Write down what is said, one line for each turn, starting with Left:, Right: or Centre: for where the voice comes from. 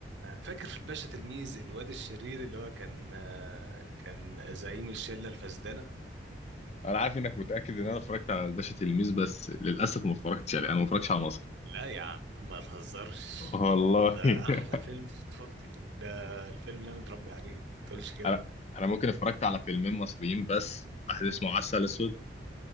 Right: فاكر في الباشا تلميذ الواد الشرير اللي هو كان آه، كان زعيم الشلة الفاسدانة
Left: انا عارف انك متاكد ان انا اتفرجت على الباشا تلميذ بس للاسف ما اتفرجتش عليه انا ما اتفرجش على مصري
Right: لا يا عم ما تهزرش
Left: والله
Right: ده
Left: <laughs>
Right: احلى فيلم في طفولتي ده الفيلم اللي انا متربي عليه ما تقولش كده
Left: انا انا ممكن اتفرجت على فيلمين مصريين بس واحد اسمه عسل اسود